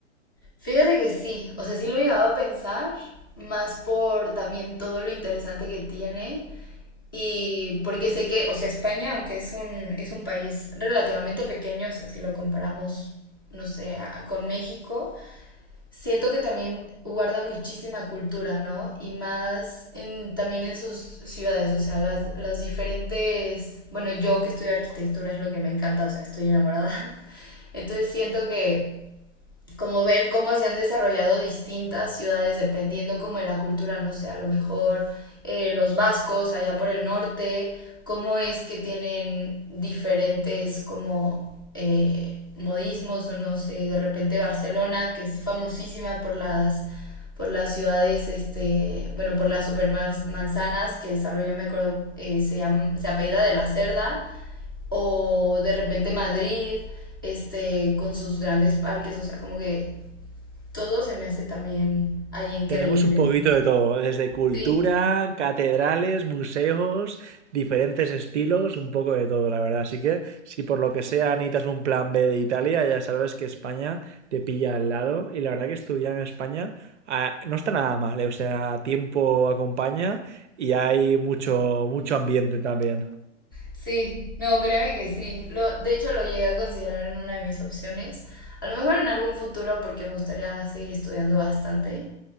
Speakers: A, on the left (about 20°); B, on the right (about 65°).
A: Fíjate que sí, o sea, sí lo he llegado a pensar, más por también todo lo interesante que tiene y porque sé que, o sea, España, aunque es un, es un país relativamente pequeño, o sea, si lo comparamos, no sé, a- con México, siento que también guarda muchísima cultura, ¿no? Y más en, también en sus ciudades, o sea, las, las diferentes, bueno, yo que estudio arquitectura es lo que me encanta, o sea, estoy enamorada. <laughs> Entonces siento que como ver cómo se han desarrollado distintas ciudades dependiendo como de la cultura, no sé, a lo mejor eh, los vascos allá por el norte, cómo es que tienen diferentes como eh, modismos o no sé, de repente Barcelona, que es famosísima por las por las ciudades, este, bueno, por las supermanzanas que desarrolló, me acuerdo, eh, se, llama, se apellida de la Cerda, o de repente Madrid, este, con sus grandes parques, o sea, como que todo se me hace también ahí increíble.
B: Tenemos un poquito de todo, desde cultura,
A: Sí,
B: catedrales, museos, diferentes estilos, un poco de todo, la verdad. Así que si por lo que sea necesitas un plan B de Italia, ya sabes que España te pilla al lado. Y la verdad que estudiar en España ah, no está nada mal, ¿eh? O sea, tiempo acompaña y hay mucho, mucho ambiente también.
A: sí, no, créeme que sí. Lo, de hecho, lo llegué a considerar en una de mis opciones. A lo mejor en algún futuro, porque me gustaría seguir estudiando bastante.